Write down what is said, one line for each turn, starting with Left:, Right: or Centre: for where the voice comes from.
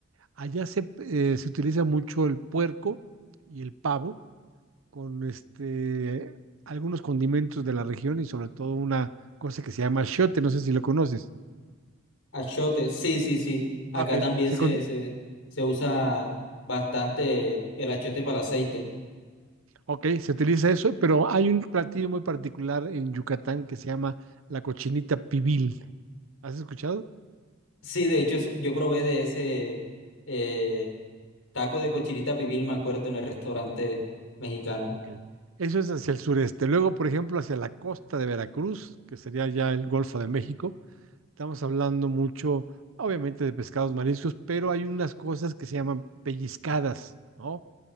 Right: Allá se, eh, se utiliza mucho el puerco y el pavo con este, algunos condimentos de la región y sobre todo una cosa que se llama achiote, no sé si lo conoces.
Left: Achote, sí, sí, sí. Acá
Right: Ah, ok,
Left: también
Right: se,
Left: se,
Right: con-
Left: se, se usa bastante el achote para el aceite.
Right: ok, se utiliza eso, pero hay un platillo muy particular en Yucatán que se llama la cochinita pibil. ¿Has escuchado?
Left: Sí, de hecho, es- yo probé de ese eh, taco de cochinita pibil, me acuerdo, en el restaurante mexicano.
Right: Ok, eso es hacia el sureste. Luego, por ejemplo, hacia la costa de Veracruz, que sería ya el Golfo de México, Estamos hablando mucho, obviamente, de pescados mariscos, pero hay unas cosas que se llaman pellizcadas, ¿no?